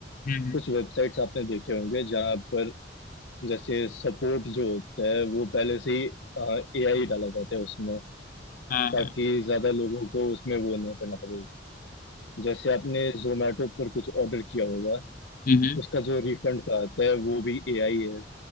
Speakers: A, on the left; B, on the left.
A: हम्म
B: कुछ वेबसाइट्स आपने देखे होंगे जहाँ पर जैसे सपोर्ट जो होता है वो पहले से ही एआई डाला जाता है उसमें
A: हाँ हाँ,
B: ताकि ज्यादा लोगों को उसमें वो ना करना पड़े जैसे आपने जोमेटो पर कुछ ऑर्डर किया होगा
A: हम्म हम्म
B: उसका जो रिफंड का आता है वो भी एआई है